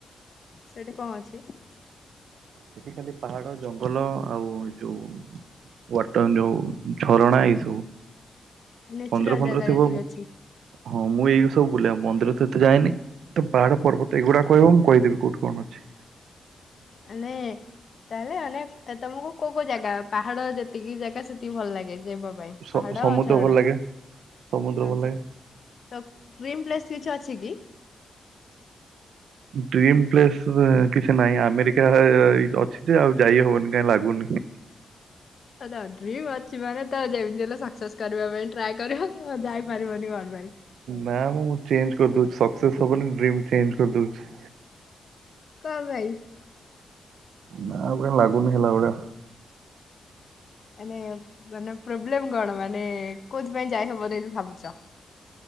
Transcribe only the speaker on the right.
ସେଠି ଖାଲି ପାହାଡ ଜଙ୍ଗଲ ଆଉ ଯୋଉ ୱାଟର ନିୟୁ ଝରଣା ଏଇ ସବୁ।
ମନ୍ଦିର ଫନ୍ଦିର
ଥିବ
ହଁ ମୁଁ ଏଇ ସବ୍ ବୁଲିଆକୁ ମନ୍ଦିର ତ ଏତେ ଯଏନି ତ ପାହାଡ଼ ପର୍ବତ ଏଗୁଡା କହିବ ମୁଁ କହିଦେବି କୋଉଠି କଣ ଅଛି।
ସ
ସମୁଦ୍ର
ଭଲ ଲାଗେ ସମୁଦ୍ର ଭଲ
ଲାଗେ।
ଡ୍ରିମ୍ ପ୍ଲେସ୍ ଏଁ କିଛି ନାହିଁ ଆମେରିକା ଆ ଅଛି ଯେ ଆଉ ଯାଇ ହବନି କାଇଁ ଲାଗୁନି।
ନା ନମୁଁ ମୁଁ ଚେଞ୍ଜ କରିଦଉଚି ସକ୍ସେସ୍ ହବନି ଡ୍ରିମ୍ ଚେଞ୍ଜ କରିଦଉଚି।
ନା ଆଉ କାଇଁ ଲାଗୁନି ହେଲା ଭଳିଆ